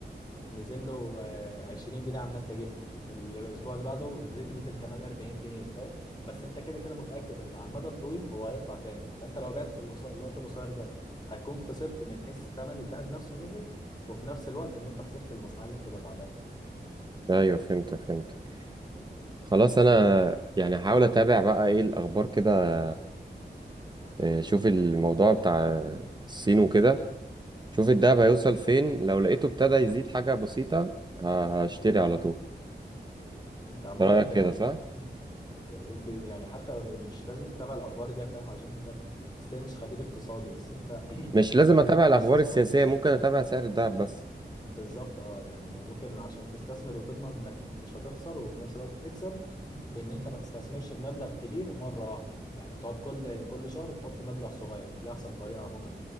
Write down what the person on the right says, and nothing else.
ايوه فهمتك فهمتك خلاص انا يعني هحاول اتابع بقى ايه الاخبار كده آه، شوف الموضوع بتاع الصين وكده شوف الدهب هيوصل فين لو لقيته ابتدى يزيد حاجة بسيطة ه- هشتري على طول
ده رأيك كده
صح؟
مش لازم
اتابع
الاخبار السياسية ممكن اتابع سعر الدهب بس